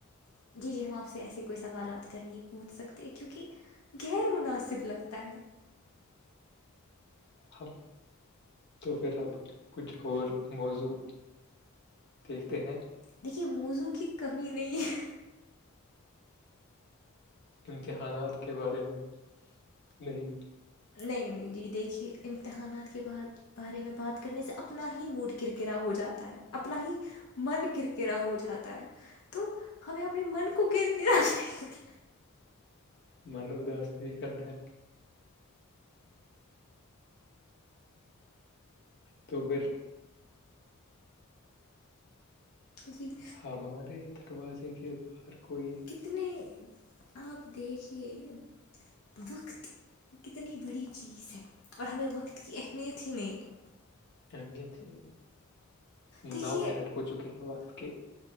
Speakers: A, on the left; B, on the left.
A: جی جی ہم آپ سے ایسے کوئی سوالات تر نہیں پوچھ سکتے کیونکہ غیر مناسب لگتا ہے
B: ہم تو پھر اب کچھ اور موضوع دیکھتے ہیں
A: دیکھیے موزو کی کمی نہیں ہے
B: امتحانات کے بارے میں نہیں
A: نہیں نہیں جی دیکھیے امتحانات کے ب بارے میں بات کرنے سے اپنا ہی موڈ کرکرا ہو جاتا ہے اپنا ہی من کررکرا ہو جاتا ہے تو ہمیں اپنے من کو کرکرا نہیں کر
B: من اداس نہیں کرنا ہے توپھر
A: جی
B: ہمارے دروازے کے باہر کوئی
A: کتنے آپ دیکھ کہ وقت کتنی بڑی چیز ہے اور ہمیں وقت کی اہمیت ہی نہیں ہے
B: امیت ہوئی
A: دیکھیے
B: نو منٹ ہو چکے ہیں وقت کے